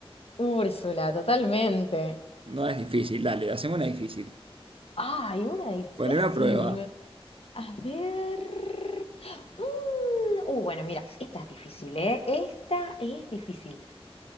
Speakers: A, on the left; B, on the right.
A: Úrsula, totalmente.
B: No es difícil, dale, haceme una difícil.
A: Ah, hay una difícil.
B: Poneme a prueba.
A: me- A ver. mm, Uh, bueno, mira, esta es difícil, ¿eh? Esta es difícil.